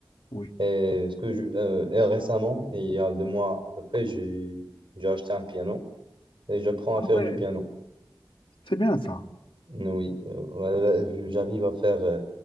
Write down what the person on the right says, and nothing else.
Et, ce que je- euh, et récemment, il y a deux mois à peu près, j'ai j'ai acheté un piano et j'apprends à
faire
du piano.
Oui, euh, voilà, je- j'arrive à faire euh,